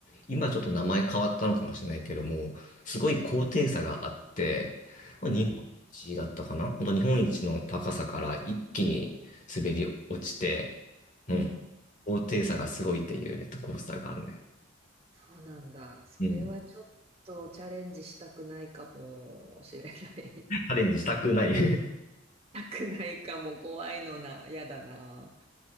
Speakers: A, on the left (about 35°); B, on the right (about 30°).
A: 今ちょっと名前変わったのかもしれないけども、すごい高低差があって、日本一だったかな本当日本一の高さから一気に滑り落ちて、
B: うん。
A: うん、
B: うん。
A: 高低差がすごいっていうジェットコースターがあるね。
B: そうなんだ。それはちょっとチャレンジしたくないかもしれない。
A: うん。チ
B: <laughs> し
A: ャレンジしたくない
B: たくないかも怖いのな。やだな。